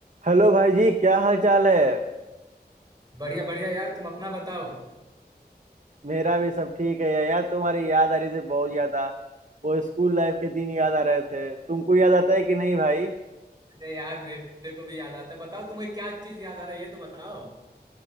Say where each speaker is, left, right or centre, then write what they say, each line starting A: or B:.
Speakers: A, on the right; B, on the right.
A: Hello भाई जी क्या हाल चाल है
B: बढ़िया बढ़िया यार तुम अपना बताओ
A: मेरा भी सब ठीक है यार तुम्हारी याद आ रही थी बहुत ज्यादा वो स्कूल लाइफ के दिन याद आ रहे थे तुमको याद आता है कि नहीं भाई
B: अरे यार मेरे को भी याद आता है बताओ तुम्हें क्या चीज याद आ रहा है ये तो बताओ